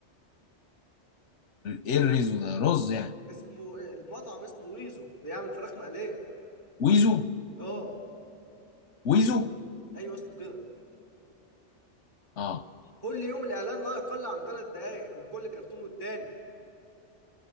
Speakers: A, on the left; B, on the left.
A: ايه الريزو ده رز يعني
B: اسمه المطعم اسمه ويزو بيعمل فراخ مقلية
A: ويزو
B: اه
A: ويزو
B: ايوه اسمه كده
A: اه
B: كل يوم الإعلان لا يقل عن ثلاث دقايق من كل كرتون والتاني